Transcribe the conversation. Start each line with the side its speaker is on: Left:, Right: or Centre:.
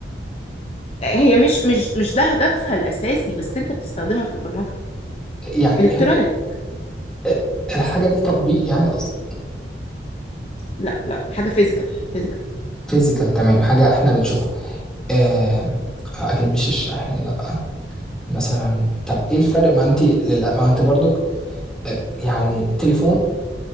Left: هي مش مش مش ده هدفها الأساسي بس أنت بتستخدمها في البرمجة
Centre: يعني
Left: إلكترونيك
Centre: هو آه، الحاجة دي تطبيق يعني قصدي
Left: لأ لأ حاجة فيزيكال فيزيكال
Centre: فيزيكال تمام حاجة احنا بنشوفها آه اكيد مش الشاحن لا مثلا طب ايه الفرق ما انت للأ... ما انت برضك يعني تليفون